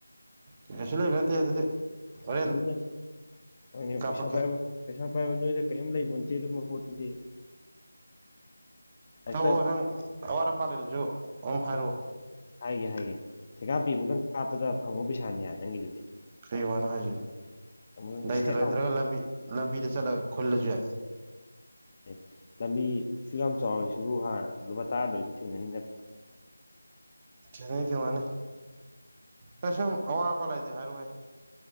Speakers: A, on the right; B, on the left.
A: ꯀꯩꯁꯨ ꯂꯩꯕꯟꯇꯦ ꯑꯗꯨꯗꯤ ꯍꯣꯔꯦꯟ
B: <unintelligible> ꯍꯣꯏꯅꯦ
A: ꯀꯥꯞꯄꯛꯀꯦ
B: ꯄꯩꯁꯥ ꯄꯥꯏꯕ ꯄꯩꯁꯥ ꯄꯥꯏꯕ ꯅꯣꯏꯗ ꯀꯔꯤꯝ ꯂꯩꯕ ꯅꯠꯇꯦ ꯑꯗꯨꯝꯕ ꯄꯣꯠꯇꯨꯗꯤ ꯍꯦꯛꯇ
A: ꯇꯧꯑꯣ ꯅꯪ ꯑꯋꯥꯠ ꯑꯄꯥ ꯂꯩꯔꯁꯨ ꯑꯗꯨꯝ ꯍꯥꯏꯔꯛꯑꯣ
B: ꯍꯥꯏꯒꯦ ꯍꯥꯏꯒꯦ ꯊꯦꯀꯥꯞꯄꯤꯃꯨꯛꯇꯪ ꯀꯥꯞꯄꯗ ꯐꯪꯕ ꯄꯩꯁꯥꯅꯤ ꯍꯥ ꯅꯪꯒꯤꯗꯨꯗꯤ
A: ꯐ꯭ꯔꯤ ꯋꯥꯅꯣ ꯍꯥꯏꯁꯤ
B: ꯑꯃꯨꯛꯇꯪ
A: ꯂꯩꯇ
B: ꯁꯦꯠ
A: ꯂꯩꯇ꯭ꯔꯒ
B: ꯂꯥꯎ
A: ꯂꯝꯕꯤ ꯂꯝꯕꯤꯗ ꯆꯠꯂꯒ ꯈꯨꯜꯂꯁꯨ ꯌꯥꯏ
B: ꯑꯦ ꯂꯝꯕꯤ ꯁꯨ ꯌꯥꯝ ꯆꯥꯎꯋꯤꯁꯤꯕꯨ ꯍꯥ ꯂꯨꯄꯥ ꯇꯔꯥꯗꯣꯏꯁꯨ ꯊꯦꯡꯅꯅꯤ ꯅꯠ
A: ꯊꯦꯡꯅꯅꯤ ꯊꯦꯡꯅꯅꯤ ꯅꯪ ꯁꯨꯝ ꯑꯋꯥ ꯑꯄꯥ ꯂꯩꯔꯗꯤ ꯍꯥꯏꯔꯛꯑꯣꯍꯦ